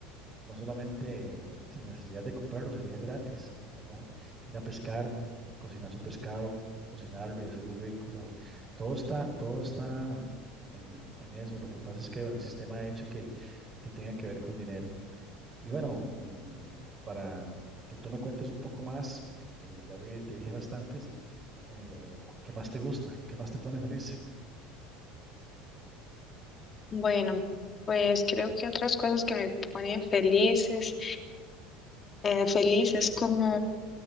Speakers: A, on the right (about 30°); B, on the left (about 30°).
A: no solamente sin necesidad de comprarlo, sería gratis, ¿verdad? Ir a pescar, cocinar su pescado, cocinarlo y hacerlo rico, o sea, todo está, todo está en, en eso. Lo que pasa es que, bueno, el sistema ha hecho que, que tenga que ver con dinero. Y bueno, eh, para que tú me cuentes un poco más, porque eh, ya hablé- te dije bastantes, eh, ¿qué más te gusta? ¿Qué más te pone feliz?
B: Bueno, pues creo que otras cosas que me ponen felices, eh, feliz es como